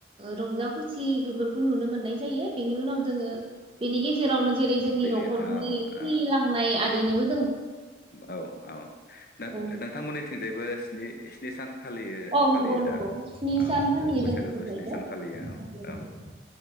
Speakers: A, on the right; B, on the left.
A: रंजा खुसि बेफोरखौ नुनो मोननाय जायो। बेनि उनाव जोङो बेनिगेजेरावनो जेरै जोंनि
B: बेनि
A: न'खरनि
B: औ
A: थै लांनाय बेनोबो
B: औ औ नोंथांमोननिथिंजायबो
A: औ
B: स्नि सान फालियो
A: औ नंगौ
B: फालियो
A: नंगौ
B: दा
A: स्नि
B: औ
A: सान फालियो
B: बैसागोखौ
A: जों बेफ्रायनोग
B: स्नि सान फालियो औ औ
A: नंगौ